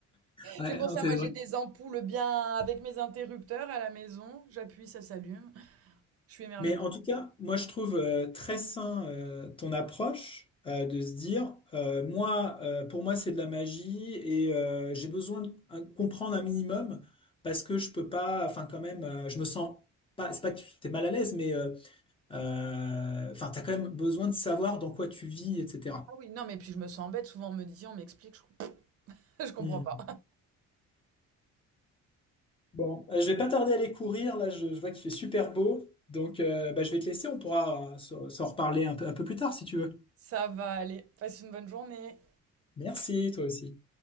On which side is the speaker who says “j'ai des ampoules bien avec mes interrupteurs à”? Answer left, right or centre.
Right